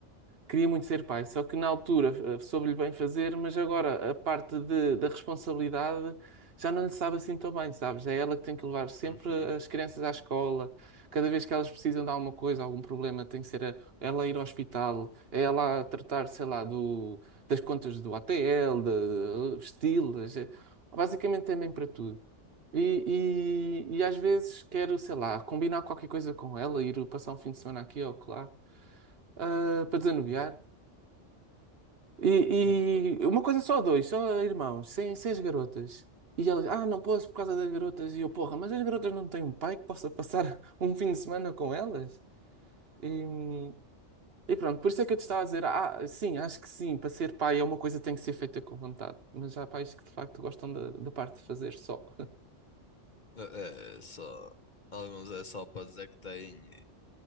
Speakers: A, on the right (about 55°); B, on the left (about 40°).
A: Queria muito ser pai, só que na altura ah, soube-lhe bem fazer, mas agora a parte de- da responsabilidade já não lhe sabe assim tão bem, sabes? É ela que tem que levar sempre
B: Uhum.
A: as crianças à escola. Cada vez que elas precisam de alguma coisa, algum problema, tem que ser a- ela a ir ao hospital, é ela a tratar, sei lá, do, das contas do ATL, de, de estilos. é- Basicamente é mãe para tudo. E, e, e às vezes quero, sei lá, combinar qualquer coisa com ela, ir passar um fim de semana aqui ou lá, ah, para desanuviar.
B: Hum.
A: E,
B: Epá.
A: e uma coisa só dois, só irmãos, sem, sem as garotas. E ela, ah, não posso por causa das garotas. E eu, porra, mas as garotas não têm um pai que possa passar <laughs> um fim de semana com elas? E, e pronto, por isso é que eu te estava a dizer, ah, sim, acho que sim, para ser pai é uma coisa que tem que ser feita com vontade. Mas há pais que de facto gostam da, da parte de fazer só.
B: É é só. Alguns é só para dizer que têm e,